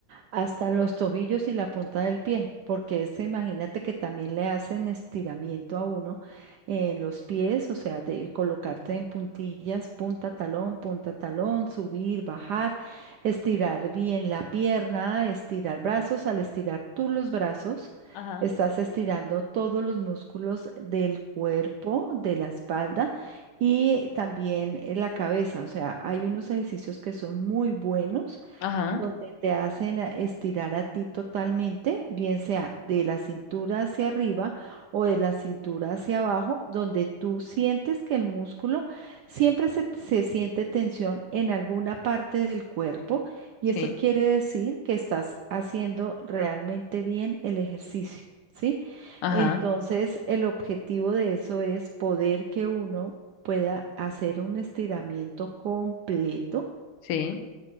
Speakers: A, on the right; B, on the left.
A: hasta los tobillos y la punta del pie, porque este, imagínate que también le hacen estiramiento a uno en los pies, o sea, de colocarte en puntillas, punta talón, punta talón, subir, bajar, estirar bien la pierna, estirar brazos. Al estirar tú los brazos,
B: Ajá.
A: estás estirando todos los músculos del cuerpo, de la espalda y también eh, la cabeza. O sea, hay unos ejercicios que son muy buenos
B: Ajá,
A: donde te hacen a- estirar a ti totalmente, bien sea de la cintura hacia arriba o de la cintura hacia abajo, donde tú sientes que el músculo siempre se, se siente tensión en alguna parte del cuerpo y
B: sí,
A: eso quiere decir que estás haciendo realmente bien el ejercicio. ¿Sí?
B: ajá,
A: Entonces, el objetivo de eso es poder que uno pueda hacer un estiramiento completo
B: sí.